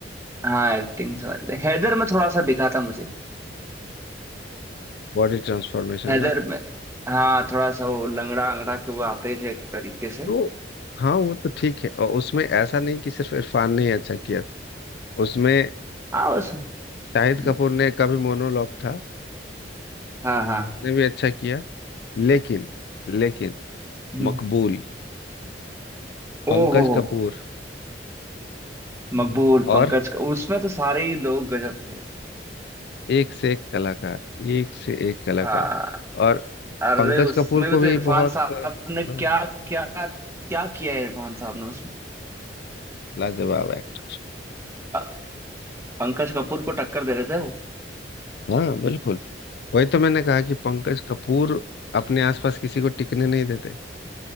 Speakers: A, on the right; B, on the left.
A: हाँ एक्टिंग वाले हैदर में थोड़ा सा दिखा था मुझे
B: बॉडी ट्रांसफॉर्मेशन
A: हैदर
B: ना
A: में हाँ थोड़ा सा वो लंगड़ा अंगड़ा के वो आते हैं जो एक तरीके से
B: तो हाँ वो तो ठीक है और उसमें ऐसा नहीं कि सिर्फ इरफान ने ही अच्छा किया उसमें
A: हाँ बस
B: शाहिद
A: हम्म,
B: कपूर ने का भी मोनोलॉग था
A: हाँ हाँ
B: उसने भी अच्छा किया लेकिन लेकिन
A: हम्म,
B: मकबूल
A: ओ
B: पंकज
A: हो हो
B: कपूर
A: मकबूल
B: और
A: पंकज का उसमें तो सारे ही लोग गजब थे
B: एक से एक कलाकार एक से एक कलाकार
A: हाँ
B: और
A: अरे
B: पंकज
A: उसमें
B: कपूर को
A: भी तो
B: भी
A: इरफान
B: बहुत
A: साहब
B: अ,
A: ने क्या
B: हाँ,
A: क्या क्या किया है इरफान साहब ने उसमें
B: लाजवाब एक्टर
A: अ- पंकज कपूर को टक्कर दे रहे थे वो
B: हाँ बिल्कुल वही तो मैंने कहा कि पंकज कपूर अपने आसपास किसी को टिकने नहीं देते